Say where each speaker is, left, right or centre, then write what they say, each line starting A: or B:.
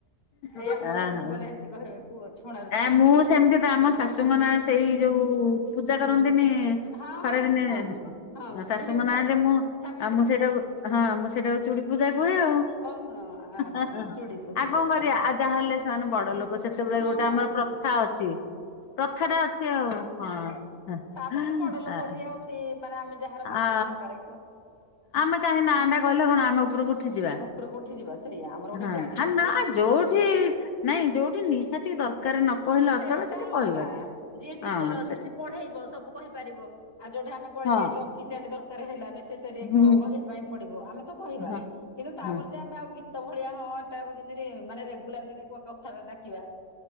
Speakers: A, on the left; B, on the left.
A: ଏଇ
B: ହଁ
A: ଆମ ଘରକୁ
B: ହଁ।
A: ଗଲେ ଏମିତି କହିବେ କୁହ ଛଣା ରୁଟି
B: ଆ
A: କଣ
B: ମୁଁ ସେମିତି ତ ଆମ ଶାଶୁଙ୍କ ନାଁ ସେଇ ଯୋଉ ପୂଜା କରନ୍ତିନି?
A: ହଁ
B: ଖରା
A: ହଁ
B: ଦିନେ
A: ହଁ ହଁ
B: ଶାଶୁଙ୍କ
A: ଚୁଡ଼ି ଓଷା
B: ନାଁ ଯେ ମୁଁ
A: ସାବିତ୍ରୀ
B: ଆଉ ମୁଁ ସେଇଟାକୁ ହଁ ମୁଁ ସେଇଟାକୁ ଚୁଡି ପୂଜା କୁହେ ଆଉ।
A: ଓ ହଁ
B: ଆଉ
A: ଚୁଡ଼ି ପୂଜା
B: କଣ
A: ସେଇଥିପାଇଁ
B: କରିବା ଆଉ ଯାହାହେଲେ ସେମାନେ ବଡ ଲୋକ ସେତେବେଳେ
A: ହଁ
B: ଗୋଟେ ତ
A: ହଁ
B: ଆମର
A: ହଁ
B: ପ୍ରଥା ଅଛି। ପ୍ରଥା ଟା ଅଛି ଆଉ ହଁ।
A: ତାପରେ ବି ବଡ ଲୋକ ଯିଏ ଅତି ମାନେ ଆମେ ଯାହାର ମାନିବା
B: ଆ
A: ଦରକାରେ
B: ଆମେ କାହିରି ନାଁ ଟା କହିଲେ କଣ ଆମେ ଉପରକୁ ଉଠିଯିବା।
A: ଉପରକୁ ଉଠିଯିବା ସେଇଆ ଆମର ଗୋଟେ
B: ହଁ
A: ଟ୍ରାଡିସନ
B: ଆ ନା
A: ଆଗରୁ
B: ଯୋଉଠି
A: ତ ଅଛି
B: ନାଇଁ ଯୋଉଠି ନିହାତି ଦରକାର ନ କହିଲେ
A: ସେଟା
B: ଅଚଳ ସେଠି
A: ଅଲଗା
B: କହିବା
A: ଯିଏ ଟିଚର
B: ହଁ
A: ଅଛି
B: ସେଠି
A: ସେ ପଢେଇବ ସବୁ କହିପାରିବ ଆଉ ଯୋଉଠେ ଆମେ କୁଆଡ
B: ହଁ
A: ଯାଇଚ ଅଫିସିଆଲି ଦରକାର ହେଲା ନିଶ୍ ସରି ଏଗ
B: ହୁଁ
A: କହିବା ପାଇଁ ପଡିବ ଆମେ ତ କହିବା
B: ହଁ
A: କିନ୍ତୁ ତାପରେ
B: ହଁ
A: ଯେ ଆମେ ଆଉ ଗୀତ ଭଳିଆ ହଁ <unintelligible> ମାନେ ରେଗୁଲାର ଯିନ୍ତି କ କଥାଟା ଡାକିବା।